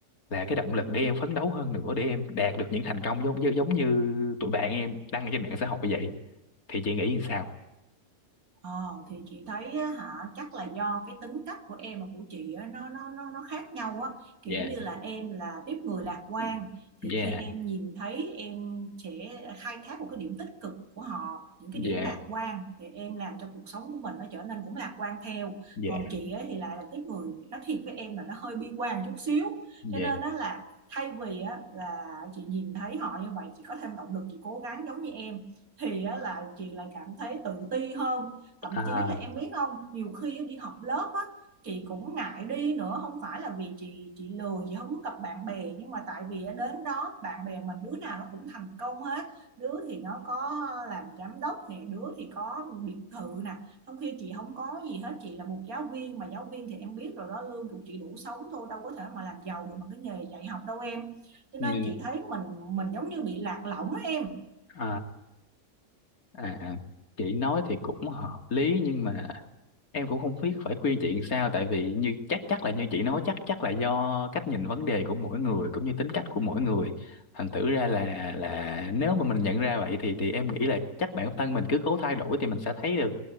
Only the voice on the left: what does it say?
là cái động lực để em phấn đấu hơn nữa để em đạt được những thành công giống như giống như tụi bạn em đăng trên mạng xã hội vậy thì chị nghĩ như sao?
Dạ,
dạ,
dạ,
dạ
Dạ.
À,
nghe-
à, à, à, chị nói thì cũng hợp lý nhưng mà em cũng không biết phải khuyên chị làm sao tại vì như chắc chắc là như chị nói chắc chắc là do cách nhìn vấn đề của mỗi người cũng như tính cách của mỗi người thành thử ra là là nếu mà mình nhận ra vậy thì thì em nghĩ là chắc bản thân mình cứ cố thay đổi thì mình sẽ thấy được